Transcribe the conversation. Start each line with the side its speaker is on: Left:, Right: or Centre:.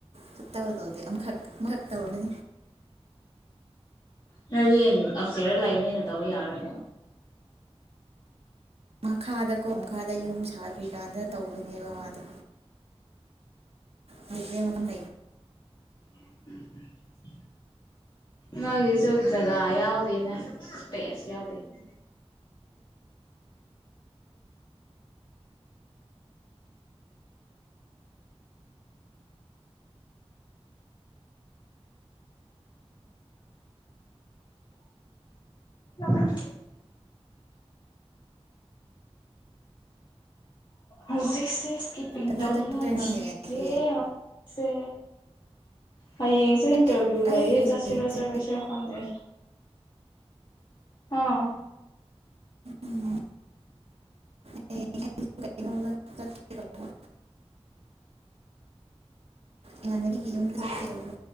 Right: ꯁ ꯇꯧ ꯇꯧꯗꯦ ꯑꯃꯈꯛ ꯑꯃꯈꯛ ꯇꯅꯤ
Left: ꯅ ꯑꯐꯁꯤꯌꯥꯔꯗ ꯂꯥꯛꯏꯕꯅꯤꯅ ꯇꯧꯕ ꯌꯥꯔꯣꯏꯅꯦ
Right: ꯃꯥ ꯈꯥꯗ ꯀꯣ ꯃꯈꯥꯗ ꯌꯨꯝ ꯁꯥꯒꯦ ꯀꯥꯟꯗ ꯇꯧꯕ ꯕ ꯃꯥꯗ ꯃꯗ ꯃꯝ
Left: <unintelligible> ꯅꯣꯏꯒꯤꯁꯨ ꯖꯒꯥ ꯌꯥꯎꯗꯦꯅꯦ ꯏꯁꯄꯦꯁ ꯌꯥꯎꯗꯦ ꯣꯣ ꯍ ꯍꯧꯖꯤꯛꯁꯤ ꯀꯤꯄꯤꯡ
Right: ꯀꯗꯥꯏ
Left: ꯇꯧꯅꯤꯡꯉꯥꯏ
Right: ꯆꯠꯇꯣꯏꯅꯣ
Left: ꯊꯤꯒꯦꯁꯦ
Right: ꯍꯌꯦꯡꯗꯤ
Left: ꯍꯌꯦꯡꯁꯨ ꯏꯟꯇꯔꯚꯤꯌꯨ
Right: ꯑꯩ
Left: ꯂꯩꯌꯦ
Right: ꯑꯩ ꯍꯌꯦꯡꯁꯦ
Left: ꯆꯠꯁꯤꯔꯣ ꯆꯠꯔꯣꯏ ꯐꯗ ꯑ
Right: ꯎꯝ ꯍꯌꯦꯡ ꯑꯩꯁꯨ ꯀꯩꯅꯣꯗ ꯆꯠꯀꯦ ꯇꯧꯕ ꯃꯅꯗꯤ ꯀꯤ ꯆꯔꯔꯕꯣ